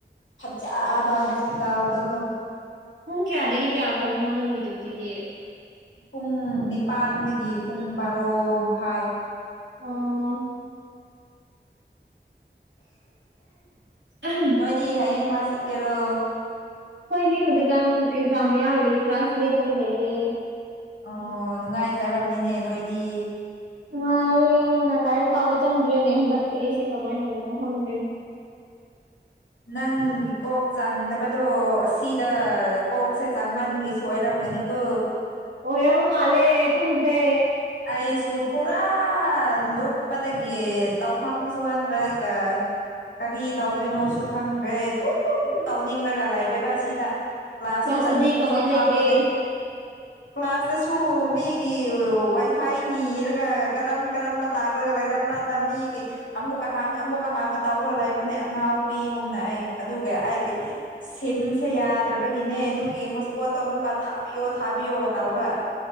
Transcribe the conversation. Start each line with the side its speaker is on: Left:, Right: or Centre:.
Left: ꯐꯖꯥꯕ ꯍꯣꯁꯄꯤꯇꯥꯜꯗꯗꯣ
Right: ꯄꯨꯡ ꯀꯌꯥꯗꯒꯤ ꯀꯌꯥ ꯐꯧꯅꯣ ꯅꯪꯒꯤ ꯗ꯭ꯌꯨꯇꯤꯗꯤ
Left: ꯄꯨꯡ ꯅꯤꯄꯥꯟꯗꯒꯤ ꯄꯨꯡ ꯕꯥꯔꯣ ꯃꯈꯥꯏ
Right: ꯑꯣ ꯑꯩꯈꯣꯏꯒꯤ
Left: ꯅꯣꯏꯗꯤ ꯍꯌꯦꯡ ꯀ꯭ꯂꯥꯁ ꯆꯠꯀꯦꯔꯣ
Right: ꯑꯩꯈꯣꯏꯒꯤ ꯍꯧꯖꯤꯛꯀꯥꯟ ꯑꯦꯛꯖꯥꯝ ꯃꯌꯥꯑꯣꯏꯕꯒꯤ ꯀ꯭ꯂꯥꯁ ꯂꯦꯞꯄꯒ ꯂꯩꯌꯦ
Left: ꯑꯣ ꯅꯨꯡꯉꯥꯏꯖꯔꯝꯅꯤꯅꯦ ꯅꯣꯏꯗꯤ
Right: ꯅꯨꯡꯉꯥꯏꯌꯦ ꯌꯥꯝꯅ ꯂꯥꯏꯔꯤꯛ ꯄꯥꯕ ꯆꯪꯗ꯭ꯔꯦꯅꯦ ꯍꯟꯗꯛꯇꯤ ꯑꯩꯁꯦ ꯀꯃꯥꯏꯅ ꯇꯧꯗꯣꯏꯅꯣ ꯈꯪꯗ꯭ꯔꯦꯅꯦ <inaudible>
Left: ꯅꯪꯒꯤ ꯀꯣꯛ ꯆꯥꯡꯗꯕꯗꯣ ꯑꯁꯤꯗ ꯀꯣꯛꯁꯦ ꯆꯥꯡꯃꯟꯕꯒꯤꯁꯨ ꯑꯣꯏꯔꯝꯒꯅꯤ ꯀꯣ
Right: ꯑꯣꯏꯔꯕ ꯃꯥꯂꯦ ꯈꯪꯗ꯭ꯔꯦ
Left: ꯑꯩꯁꯨ ꯄꯨꯔꯥ ꯂꯨꯞꯄꯗꯥꯒꯤ ꯇꯧꯐꯝꯁꯨꯨ ꯈꯪꯗꯔꯒ ꯀꯔꯤ ꯇꯧꯗꯣꯏꯅꯣꯁꯨ ꯈꯪꯗ꯭ꯔꯦ ꯑꯗꯨꯝ ꯇꯧꯅꯤꯡꯂꯒ ꯂꯩꯔꯦꯕ ꯑꯁꯤꯗ ꯀ꯭ꯂꯥꯁꯁꯨꯨ
Right: ꯀ꯭ꯂꯥꯁꯇꯗꯤ
Left: ꯆꯠꯅꯤꯡꯕꯁꯨ
Right: ꯀꯃꯥꯏꯅ
Left: ꯐꯥꯎꯗꯦ
Right: ꯂꯩꯒꯦ
Left: ꯀ꯭ꯂꯥꯁꯇ ꯇꯨ ꯃꯤꯒꯤ ꯋꯥꯏꯐ ꯐꯏ ꯅꯤꯔꯒ ꯀꯔꯝ ꯀꯔꯝꯕ ꯂꯥꯛꯔꯒ ꯂꯩꯔꯝꯕ꯭ꯔꯥꯅ ꯃꯤꯒꯤ ꯑꯃꯨꯛꯀ ꯍꯥꯡ ꯑꯃꯨꯛꯀ ꯍꯥꯡꯉ ꯇꯧꯔ ꯂꯩꯕꯅꯦ ꯑꯉꯥꯎꯕꯤꯒꯨꯝꯅ ꯑꯩ ꯑꯗꯨꯒ ꯑꯩꯒꯤ ꯁꯤꯝꯁꯦ ꯌꯥꯗ꯭ꯔꯕꯒꯤꯅꯦ ꯑꯗꯨꯒꯤ ꯍꯣꯁꯄꯣꯠꯇꯣ ꯑꯃꯨꯛꯀ ꯊꯥꯕꯤꯌꯣ ꯊꯥꯕꯤꯌꯣꯒ ꯇꯧꯔꯒ